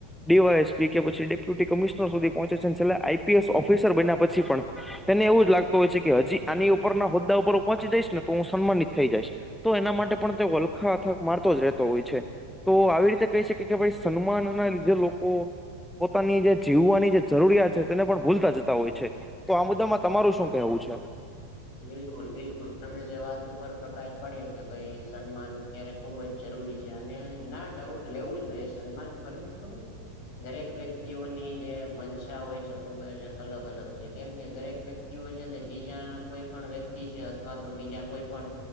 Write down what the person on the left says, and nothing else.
બિલકુલ બિલકુલ તમે જે વાત ઉપર પ્રકાશ પાડ્યો કે ભાઈ સન્માન અત્યારે ખુબ જ જરૂરી છે અને ના ડાઉટ લેવું જોઈએ સન્માન પરંતુ દરેક વ્યક્તિઓની જે મનસા હોય છે ખુબ જ અલગ અલગ છે કેમ કે દરેક વ્યક્તિઓ છે તે બીજાના કોઈ પણ વ્યક્તિ છે અથવા તો બીજા કોઈ પણ